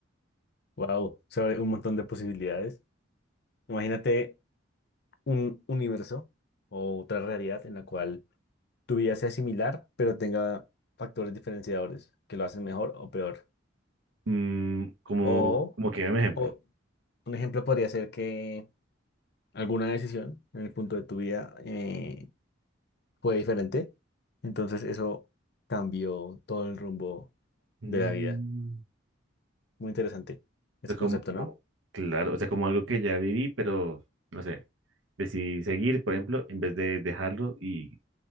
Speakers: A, on the left; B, on the right.
A: Wow, se abre un montón de posibilidades. Imagínate un universo o otra realidad en la cual tu vida sea similar, pero tenga factores diferenciadores que lo hacen mejor o peor.
B: Mm, como,
A: O,
B: como que un ejemplo.
A: o un ejemplo podría ser que alguna decisión en el punto de tu vida eh, fue diferente. Entonces eso cambió todo el rumbo
B: Mm,
A: de la vida. Muy interesante ese
B: o sea, como,
A: concepto, ¿no?
B: claro, o sea, como algo que ya viví, pero no sé, decidí seguir, por ejemplo, en vez de dejarlo y